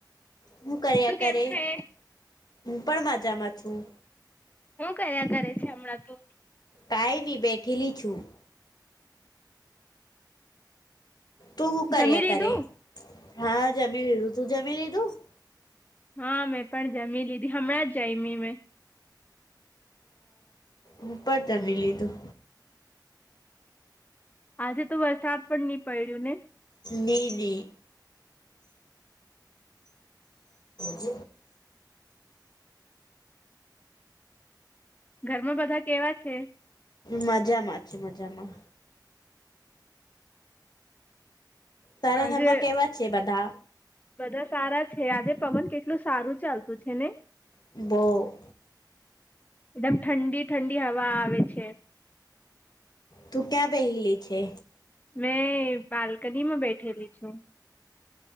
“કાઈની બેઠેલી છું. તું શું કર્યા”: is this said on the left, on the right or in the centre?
Left